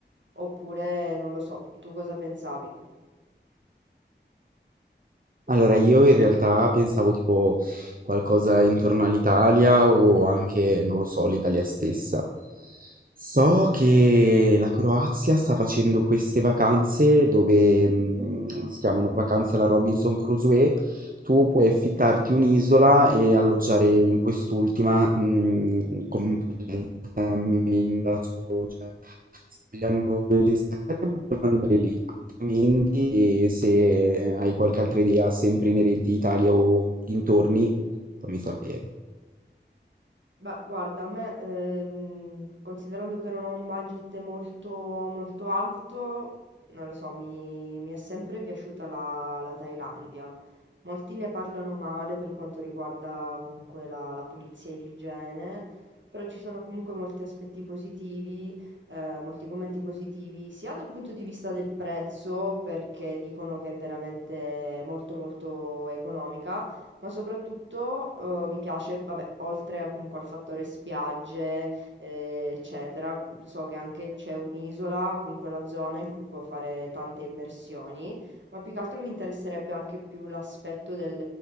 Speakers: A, on the right (about 80°); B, on the right (about 50°).
A: Oppure non lo so, tu cosa pensavi?
B: Allora, io in realtà pensavo tipo qualcosa intorno all'Italia o anche, non lo so, l'Italia stessa. So che la Croazia sta facendo queste vacanze dove mm, si chiamano vacanze alla Robinson Crusoe. Tu puoi affittarti un'isola e alloggiare in quest'ultima mm, completamente cammini da solo, cioè spieghiamo gli schermi, andare lì, altrimenti se hai qualche altra idea sempre inerente a Italia o dintorni, fammi sapere.
A: Beh, guarda, a me, ehm, considerando che non ho un budget molto, molto alto, non lo so, mi, mi è sempre piaciuta la, la Thailandia. Molti ne parlano male per quanto riguarda comunque la, la pulizia e l'igiene, però ci sono comunque molti aspetti positivi, eh, molti commenti positivi, sia dal punto di vista del prezzo, perché dicono che è veramente molto molto economica ma soprattutto, uhm, mi piace, vabbè, oltre a comunque al fattore spiagge, ehm, eccetera, so che anche c'è un'isola, comunque una zona in cui può fare tante immersioni, ma più che altro mi interesserebbe anche più l'aspetto del